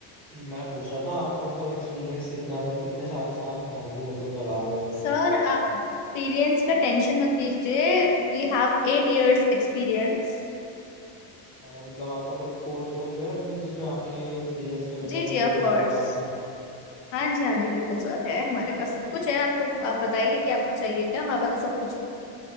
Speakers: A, in the centre; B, on the left.
A: मैं पूछ रहा था आपका मतलब एक्सपीरियंस कितना है? मतलब कितने साल से आप मेहंदी मतलब लगा रहे हो
B: सर आप एक्सपीरियंस का टेंशन मत लीजिए We have eight years experience
A: और आप- मतलब आपका कोई पोर्टफोलियो है मतलब जिसमें आपके एक्सपीरियंस के मतलब
B: जी जी
A: फोटोज
B: ऑफ कोर्स
A: वगैरह आपने
B: हाँ जी हाँ जी बिल्कुल सर है हमारे पास सब कुछ है आपको आप बताइए कि आपको चाहिए क्या हमारे पास सब कुछ है